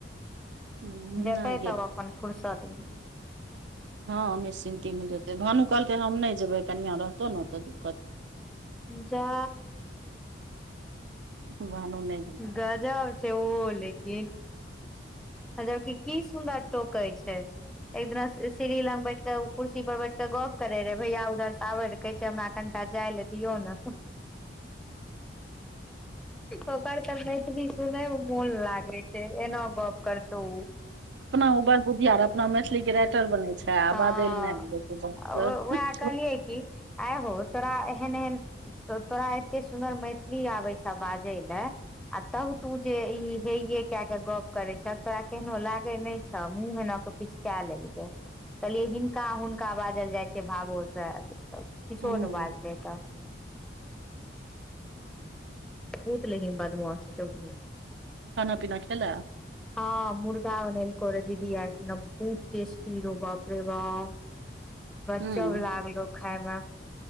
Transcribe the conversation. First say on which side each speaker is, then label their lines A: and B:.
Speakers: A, on the right (about 70°); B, in the centre.
A: हूँ
B: जेतै
A: नहि गेल
B: तब अपन फुुरसतमे
A: हँ निश्चिन्तितमे जेतै भानू कहलकै हम नहि जेबै कनिआँ रहतौ ने ओत
B: जा
A: भानु नहि गेल
B: गजउब छै ओ लेकिन जब की की सुन्दर टोकै छै एक दिना सीढ़ी लग बैठ क कुर्सी पर बैठ क गप करे रहे भैया उऊधर से आबे रहे कहै छै हमरा कनि जाइ लए दियऔ ने ओकर तऽ मैथिली सुनयमे मोन लागैत छै एना गप करतहु ओ
A: अपना उबर बुधिया अपना मैथिलीके राइटर बनै छै आ
B: हँ
A: बाजय ल नहि आबै छै बहु
B: उएह कहलियै कि आय हो तोरा एहन एहन तोरा एते सुन्दर मैथिली आबे छ बाजे ले आ तब तू जेे कए के गप करै छ तोरा केहनो लागै नहि छौ मुँह हिना क पिचकाए लेलकै कहलियै हिनका हुनका बाजल जाइ छै भावोसँ किछो
A: हूँ हूँ
B: नहि बाजलै तऽ बहुत लेकिन बदमाश छै
A: खाना पीना खेलै
B: हँ मुर्गा बनेल कर दीदी एख ने बहुत टेस्टी रो बाप रे बाप
A: <inaudible>
B: गजब
A: हूँ
B: लागलो खाय मे